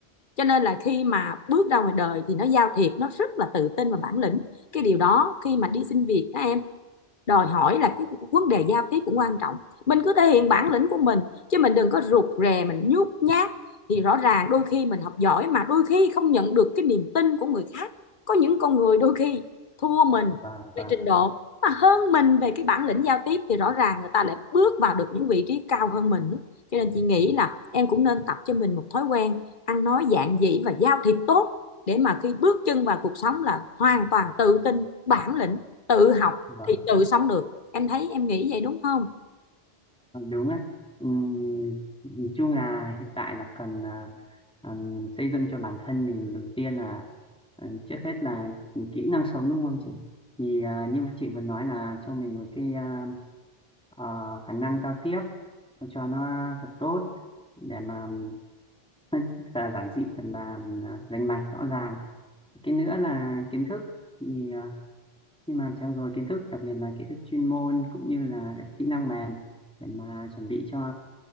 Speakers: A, on the left; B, in the centre.
A: cho nên là khi mà bước ra ngoài đời thì nó giao thiệp nó rất là tự tin và bản lĩnh cái điều đó khi mà đi xin việc các em đòi hỏi là cái vấn đề giao tiếp cũng quan trọng mình cứ thể hiện bản lĩnh của mình chứ mình đừng có rụt rè mình nhút nhát thì rõ ràng đôi khi mình học giỏi mà đôi khi không nhận được cái niềm tin của người khác có những con người đôi khi thua mình
B: và
A: về trình độ mà hơn mình về cái bản lĩnh giao tiếp thì rõ ràng người ta lại bước vào được những vị trí cao hơn mình cho nên chị nghĩ là em cũng nên tập cho mình một thói quen ăn nói giản dị và giao thiệp tốt để mà khi bước chân vào cuộc sống là hoàn toàn tự tin bản lĩnh tự học
B: và
A: thì tự sống được em thấy em nghĩ vậy đúng không
B: Ờ, đúng á Ừm, nhìn chung là hiện tại là cần à, à, xây dựng cho bản thân mình đầu tiên là à, trước hết là kỹ năng sống đúng không chị thì à, như chị vừa nói là cho mình một cái à, ờ, khả năng giao tiếp cho nó thật tốt để mà thật là giản dị thật là à, rành mạch rõ ràng cái nữa là kiến thức thì ờ, khi mà trau dồi kiến thức đặc biệt là kiến thức chuyên môn cũng như là các kỹ năng mềm để mà chuẩn bị cho